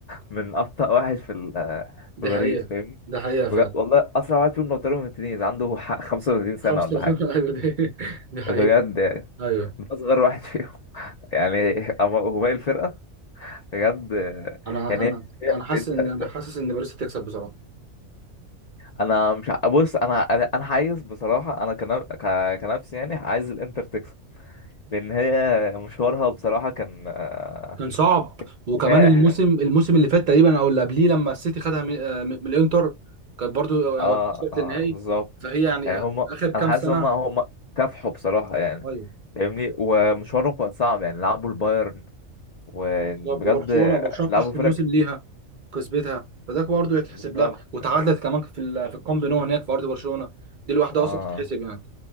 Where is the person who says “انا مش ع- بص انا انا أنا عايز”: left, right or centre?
Left